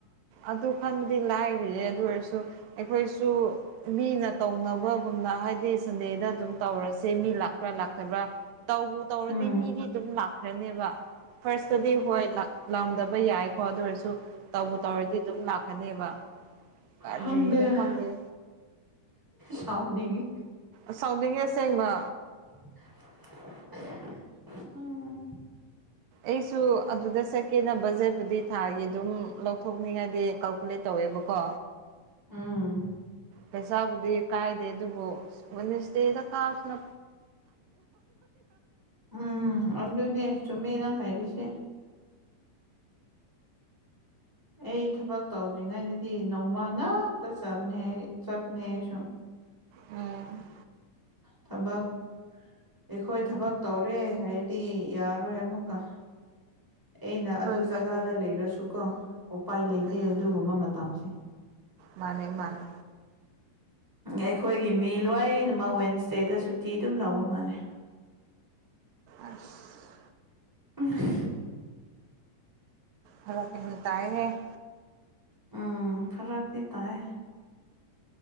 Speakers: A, on the right; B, in the centre.
A: ꯑꯗꯨ ꯈꯟꯕꯗꯤ ꯂꯥꯏꯔꯤꯌꯦ ꯑꯗꯨ ꯑꯣꯏꯔꯁꯨ ꯑꯩꯈꯣꯏꯁꯨ ꯃꯤꯅ ꯇꯧꯅꯕꯒꯨꯝꯅ ꯍꯥꯏꯗꯤ ꯁꯟꯗꯦꯗ ꯑꯗꯨꯝ ꯇꯧꯔꯁꯦ ꯃꯤ ꯂꯥꯛꯄ꯭ꯔꯥ ꯂꯥꯛꯇꯕ꯭ꯔꯥ ꯇꯧꯕ ꯇꯧꯔꯗꯤ
B: ꯎꯝ
A: ꯃꯤꯗꯤ ꯑꯗꯨꯝ ꯂꯥꯛꯈ꯭ꯔꯅꯦꯕ ꯐꯥꯔꯁꯇꯗꯤ ꯍꯣꯏ ꯂꯥꯎꯗꯕ ꯌꯥꯏꯀꯣ ꯑꯗꯨ ꯑꯣꯏꯔꯁꯨ ꯇꯧꯕ ꯇꯧꯔꯗꯤ ꯑꯗꯨꯝ ꯂꯥꯛꯀꯅꯦꯕ ꯀꯔꯤꯅꯣ
B: ꯍꯪꯗꯦ
A: ꯈꯪꯗꯦ
B: ꯁꯥꯎꯅꯤꯡꯉꯤ
A: ꯁꯥꯎꯗꯤꯡꯉꯦ ꯑꯁꯦꯡꯕ
B: <unintelligible> ꯎꯝ
A: ꯑꯩꯁꯨ ꯑꯗꯨꯗ ꯆꯠꯀꯦꯅ ꯕꯖꯦꯠꯄꯨꯗꯤ ꯊꯥꯒꯤ ꯑꯗꯨꯝ ꯂꯧꯊꯣꯛꯅꯤꯡꯉꯥꯏꯗꯤ ꯀꯥꯜꯀꯨꯂꯦꯠ ꯇꯧꯋꯦꯕꯀꯣ
B: ꯎꯝ
A: ꯄꯩꯁꯥꯕꯨꯗꯤ ꯀꯥꯏꯗꯦ ꯑꯗꯨꯕꯨ ꯁꯗꯦꯗ ꯀꯥꯁꯤꯅ
B: ꯎꯝ ꯑꯗꯨꯅꯦ ꯆꯨꯝꯃꯦ ꯅꯪ ꯍꯥꯏꯔꯤꯁꯦ ꯑꯩ ꯊꯕꯛ ꯇꯧꯗ꯭ꯔꯤꯉꯩꯗꯗꯤ ꯅꯣꯡꯃ ꯉꯥꯛꯇ ꯆꯥꯕꯅꯦ ꯆꯠꯄꯅꯦ ꯑꯩ ꯁ
A: ꯎꯝ
B: ꯊꯕꯛ ꯑꯩꯈꯣꯏ ꯊꯕꯛ ꯇꯧꯔꯦ ꯍꯥꯏꯗꯤ ꯌꯥꯔꯣꯏ ꯑꯃꯨꯛꯀ ꯑꯩꯅ ꯑꯗꯨ
A: ꯍꯣꯏ
B: ꯖꯒꯥꯗ
A: ꯃꯥꯅꯦ
B: ꯂꯩꯔꯁꯨꯀꯣ ꯎꯄꯥꯏ ꯂꯩꯇꯦ
A: ꯎꯝ
B: ꯑꯗꯨꯒꯨꯝꯕ ꯃꯇꯝꯁꯦ
A: ꯃꯥꯅꯦ ꯃꯥꯅꯦ
B: ꯑꯩꯈꯣꯏꯒꯤ ꯃꯤ ꯂꯣꯏꯅꯃꯛ ꯋꯦꯟꯁꯗꯦꯗ ꯁꯨꯇꯤ ꯑꯗꯨꯝ ꯂꯧꯕ ꯃꯥꯜꯂꯦ
A: ꯑꯁ
B: <unintelligible>
A: ꯍꯂꯛ ꯀꯍꯟ ꯇꯑ
B: ꯎꯝ ꯐꯔꯛꯇꯤ ꯇꯥꯏ